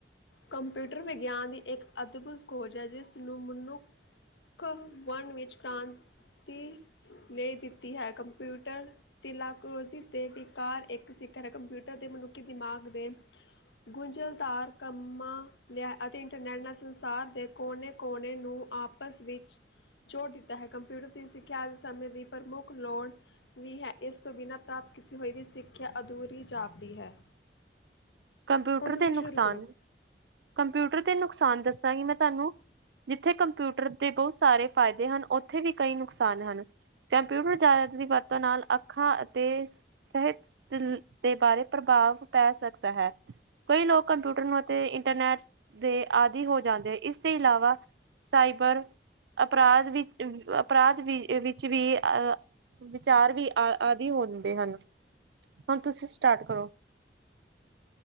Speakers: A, on the left (about 85°); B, on the right (about 80°).
A: ਕੰਪਿਊਟਰ ਵਿਗਿਆਨ ਦੀ ਇੱਕ ਅਦਭੁਤ ਖੋਜ ਹੈ ਜਿਸ ਨੂੰ ਮਨੁੱਖ ਮਨ ਵਿੱਚ ਕ੍ਰਾਂਤੀ ਲਈ ਦਿੱਤੀ ਹੈ ਕੰਪਿਊਟਰ ਤ ਤੇ ਵਿਕਾਰ ਇੱਕ ਸਿਖਰ ਹੈ ਕੰਪਿਊਟਰ ਦੇ ਮਨੁੱਖੀ ਦਿਮਾਗ ਦੇ ਗੁੰਝਲਦਾਰ ਕੰਮ। ਮ ਲਿਆ ਅਤੇ ਇੰਟਰਨੈੱਟ ਨਾਲ ਸੰਸਾਰ ਦੇ ਕੋਨੇ ਕੋਨੇ ਨੂੰ ਆਪਸ ਵਿੱਚ ਜੋੜ ਦਿੱਤਾ ਹੈ ਕੰਪਿਊਟਰ ਦੀ ਸਿੱਖਿਆ ਆਜ ਸਮੇਂ ਦੀ ਪ੍ਰਮੁੱਖ ਲੋੜ ਵੀ ਹੈ ਇਸ ਤੋਂ ਬਿਨਾਂ ਪ੍ਰਾਪਤ ਕੀਤੀ ਹੋਈ ਵੀ ਸਿੱਖਿਆ ਅਧੂਰੀ ਜਾਪਦੀ ਹੈ।
B: ਕੰਪਿਊਟਰ
A: ਹੁਣ ਤੁਸੀਂ
B: ਦੇ ਨੁਕਸਾਨ।
A: ਸ਼ੁਰੂ ਕਰੋ।
B: ਕੰਪਿਊਟਰ ਦੇ ਨੁਕਸਾਨ ਦੱਸਾਂਗੀ ਮੈਂ ਤੁਹਾਨੂੰ ਜਿੱਥੇ ਕੰਪਿਊਟਰ ਦੇ ਬਹੁਤ ਸਾਰੇ ਫਾਇਦੇ ਹਨ ਉੱਥੇ ਵੀ ਕਈ ਨੁਕਸਾਨ ਹਨ ਕੰਪਿਊਟਰ ਜ਼ਿਆਦਾ ਦੀ ਵਰਤੋਂ ਨਾਲ ਅੱਖਾਂ ਅਤੇ ਸਿਹਤ ਦੇ ਬਾਰੇ ਪ੍ਰਭਾਵ ਪੈ ਸਕਦਾ ਹੈ। ਕਈ ਲੋਕ ਕੰਪਿਊਟਰ ਨੂੰ ਅਤੇ ਇੰਟਰਨੈਟ ਦੇ ਆਦਿ ਹੋ ਜਾਂਦੇ ਹੈ ਇਸਦੇ ਇਲਾਵਾ ਸਾਈਬਰ ਅਪਰਾਧ ਵਿੱਚ ਅਪਰਾਧ ਵਿੱਚ ਵੀ ਅਹ ਵਿਚਾਰ ਵੀ ਆ ਆਦਿ ਹੋ ਜਾਂਦੇ ਹਨ ਹੁਣ ਤੁਸੀਂ ਸਟਾਰਟ ਕਰੋ।